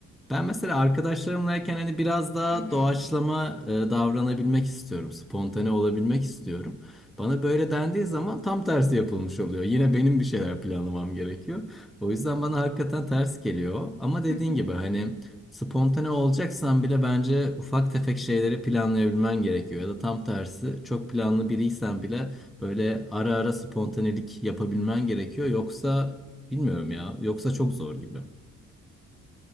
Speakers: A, in the centre; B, on the left (about 40°).
A: Ben mesela arkadaşlarımlayken hani biraz daha
B: Hı hı.
A: doğaçlama e, davranabilmek istiyorum. Spontane olabilmek istiyorum. Bana böyle dendiği zaman tam tersi yapılmış oluyor. Yine benim bir şeyler planlamam gerekiyor. O yüzden bana hakikaten ters geliyor. Ama dediğin
B: Hı hı.
A: gibi hani Spontane olacaksan bile bence ufak tefek şeyleri planlayabilmen gerekiyor. Ya da tam tersi çok planlı biriysen bile böyle ara ara spontanelik yapabilmen gerekiyor. Yoksa bilmiyorum ya. Yoksa çok zor gibi.